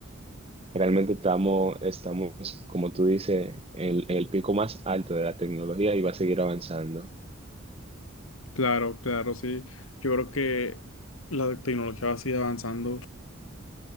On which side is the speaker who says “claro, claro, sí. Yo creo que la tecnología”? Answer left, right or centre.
Left